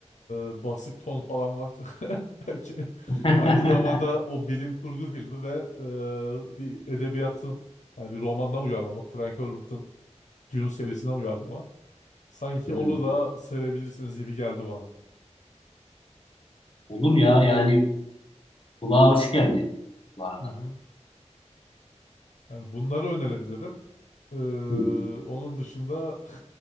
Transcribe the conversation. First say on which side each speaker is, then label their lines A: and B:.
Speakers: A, on the left; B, on the left.
A: e, basık ton falan var. <laughs> Belki
B: <laughs>
A: aynı zamanda o bilim kurgu filmi ve e, bir edebiyatın yani bir romandan uyarlama. Frank Herbert'ın Dune serisinden uyarlama. Sanki
B: Hmm,
A: onu da sevebilirsiniz gibi geldi bana.
B: Olur ya yani kulağa hoş geldi bu arada.
A: Hı hı. Yani bunları önerebilirim. Ee,
B: Hı hı.
A: onun dışında